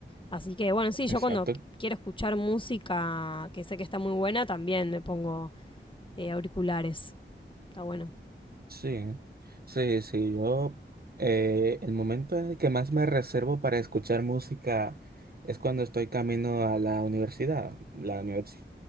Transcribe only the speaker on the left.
Así que bueno, sí, yo
cuando quiero escuchar música que sé que está muy buena, también me pongo eh, auriculares. Está bueno.